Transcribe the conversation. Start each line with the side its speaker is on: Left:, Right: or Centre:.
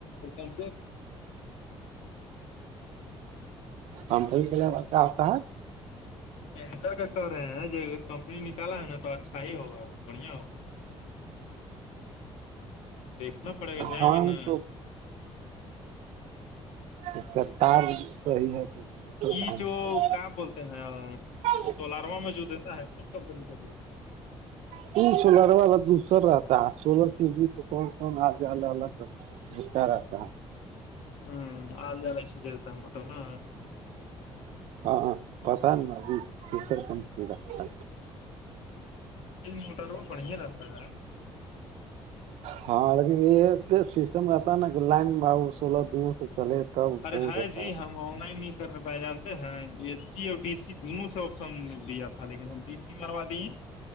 Left: کم
Right: ہم پ آتا ہ
Left: پینکر کا کہ رہے ہیں ج اگر کمپنی نکالا ہے نا تو اچھا ہی ہوگا بڑھیا ہوگا دیکھنا پڑے گا جائیں
Right: ہاں
Left: گے نا
Right: تو اس کا تار صحیح ہے تو موٹر
Left: یہ
Right: کہاں نہیں
Left: جو
Right: صحیح
Left: کہاں بولتے ہیں
Right: ہے
Left: سولاروا میں جو دیتا ہے کون کمپنی کا دیا
Right: ت سولر والا دوسر رہتا ہے سولر ٹی وی تو کون کون آگ الگ الگ رہتا بستار تھا
Left: ہوں آال جال اشتا ان مٹر نا
Right: ہاں پتا ن ابھی کیسر کمپنی رکھتا
Left: یہ موٹرو بڑھیا رستا ہے
Right: ہاں لیکن یہ سسٹم رہتا ہے نا کہ لائن ب سولہ دنوں سے چلے تب
Left: ارے
Right: بہت
Left: ہے
Right: اچھا
Left: جی
Right: رہتا
Left: ہم آن لائن نہیں کرنے پہ جانتے ہیں اے سی اور ڈی سی دونوں سا دیا تھا لیکن ہم بی سی ماروا دی